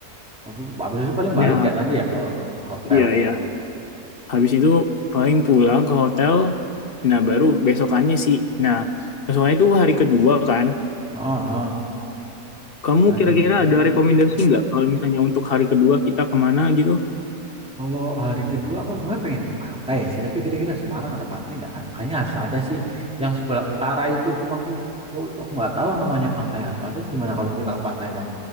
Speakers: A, in the centre; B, on the left (about 45°).
A: Habis habis itu paling
B: nah
A: balik ya nanti ya ke hotel.
B: iya iya. Habis itu paling pulang ke hotel. Nah baru besokannya sih. Nah besokannya itu hari kedua kan.
A: Oh, oh.
B: Kamu
A: Hari
B: kira-kira
A: kedua.
B: ada rekomendasi nggak kalau misalnya untuk hari kedua kita kemana gitu?
A: Kalau hari kedua aku sebenarnya pengen ke pantai sih, tapi kira-kira Semarang ada pantai nggak? A- Kayaknya harus ada sih yang sebelah utara itu. Cuma aku aku aku nggak tahu namanya pantai apa. Tapi gimana kalau kita ke pantai, Bang?